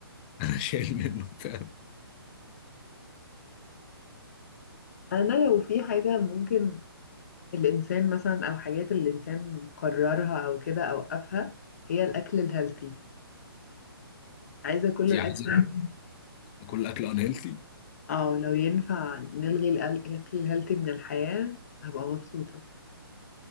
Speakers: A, on the left; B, on the left.
A: <laughs> انا شايل منه فعلا
B: انا لو في حاجة ممكن الانسان مثلا او حاجات الانسان قررها او كده اوقفها هي الاكل الهيلثي عايزة كل
A: انت
B: الاكل
A: عايزه
B: <laughs>
A: كل اكل ان هيلثي
B: اه لو ينفع نلغي الاكل الهيلثي من الحياة هبقى مبسوطة